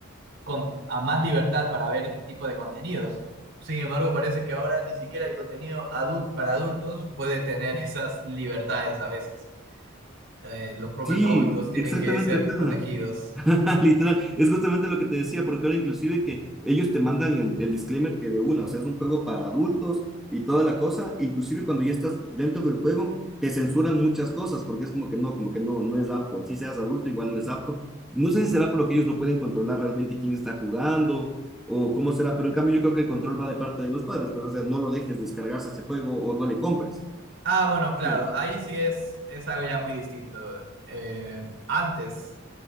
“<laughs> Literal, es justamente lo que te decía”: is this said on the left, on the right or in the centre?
Centre